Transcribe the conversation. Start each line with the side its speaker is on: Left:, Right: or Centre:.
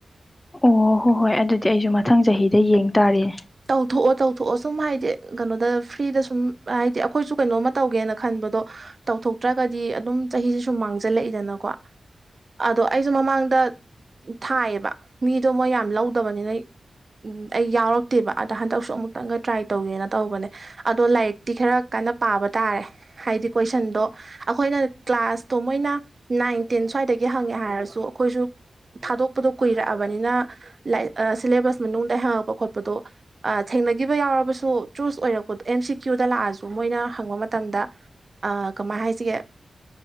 Left: ꯑꯣ ꯍꯣꯏ ꯍꯣꯏ ꯑꯗꯨꯗꯤ ꯑꯩꯖꯨ ꯃꯊꯪ ꯆꯍꯤꯗ ꯌꯦꯡ ꯇꯥꯔꯦ
Right: ꯇꯧꯊꯣꯛꯑꯣ ꯇꯧꯊꯣꯛꯑꯣ ꯁꯨꯝ ꯍꯥꯏꯗꯤ ꯀꯩꯅꯣꯗ ꯐ꯭ꯔꯤꯗ ꯁꯨꯝ ꯍꯥꯏꯗꯤ ꯑꯩꯈꯣꯏꯁꯨ ꯀꯩꯅꯣꯝꯃ ꯇꯧꯒꯦꯅ ꯈꯟꯕꯗꯣ ꯇꯧꯊꯣꯛꯇ꯭ꯔꯒꯗꯤ ꯑꯗꯨꯝ ꯆꯍꯤꯖꯦ ꯁꯨꯝ ꯃꯥꯡꯖꯜꯂꯛꯏꯗꯅꯀꯣ ꯑꯗꯣ ꯑꯩꯖꯨ ꯃꯃꯥꯡꯗ ꯊꯥꯏꯑꯕ ꯃꯤꯗꯣ ꯃꯣꯏ ꯌꯥꯝ ꯂꯧꯗꯕꯅꯤꯅ ꯎꯝ ꯑꯩ ꯌꯥꯎꯔꯛ ꯑꯗ ꯍꯟꯗꯛꯁꯨ ꯑꯃꯨꯛꯇꯪꯒ ꯇ꯭ꯔꯥꯏ ꯇꯧꯒꯦꯅ ꯇꯧꯕꯅꯦ ꯑꯗꯣ ꯂꯥꯏꯔꯤꯛꯇꯤ ꯈꯔ ꯀꯟꯅ ꯄꯥꯕ ꯇꯥꯔꯦ ꯍꯥꯏꯗꯤ ꯀꯣꯏꯁꯟꯗꯣ ꯑꯩꯈꯣꯏꯅ ꯀ꯭ꯂꯥꯁꯇꯣ ꯃꯣꯏꯅ ꯅꯥꯏꯟ ꯇꯦꯟ ꯁ꯭ꯋꯥꯏꯗꯒꯤ ꯍꯪꯉꯦ ꯍꯥꯏꯔꯁꯨ ꯑꯩꯈꯣꯏꯁꯨ ꯊꯥꯗꯣꯛꯄꯗꯣ ꯀꯨꯏꯔꯛꯑꯕꯅꯤꯅ ꯂꯥꯏ ꯑ ꯁꯤꯂꯦꯕꯁ ꯃꯅꯨꯡꯗꯩ ꯍꯪꯉꯛꯄ ꯈꯣꯠꯄ ꯑꯗꯣ ꯊꯦꯡꯅꯈꯤꯕ ꯌꯥꯎꯔꯕꯁꯨ ꯆꯨꯁ ꯑꯣꯏꯔꯛꯄꯗꯣ ꯑꯦꯝ ꯁꯤ ꯀ꯭ꯌꯨꯗ ꯂꯥꯛꯑꯁꯨ ꯃꯣꯏꯅ ꯍꯪꯕ ꯃꯇꯝꯗ ꯑ ꯀꯃꯥꯏ ꯍꯥꯏꯁꯤꯒꯦ